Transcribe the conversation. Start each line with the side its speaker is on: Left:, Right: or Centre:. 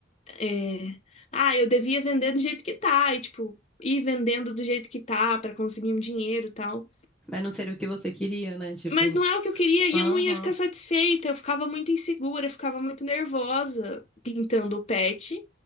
Left: é, ah, eu devia vender do jeito que tá, e tipo, ir vendendo do jeito que tá pra conseguir um dinheiro e tal.
Centre: Mas não seria o que você queria, né? Tipo,
Left: Mas não é o que eu queria e
Centre: aham.
Left: eu não ia ficar satisfeita, eu ficava muito insegura, eu ficava muito nervosa pintando o pet.